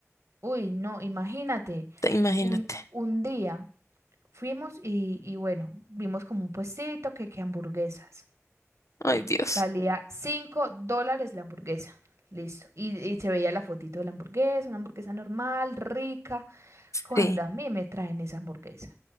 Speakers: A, on the right; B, on the left.
A: Uy, no, imagínate,
B: Te- Imagínate.
A: un, un día fuimos y, y bueno, vimos como un puestito que, que hamburguesas.
B: Ay, Dios.
A: Valía 5 dólares la hamburguesa. Listo. Y, y se veía la fotito de la hamburguesa, una hamburguesa normal, rica. Cuando
B: Sí.
A: a mí me traen esa hamburguesa,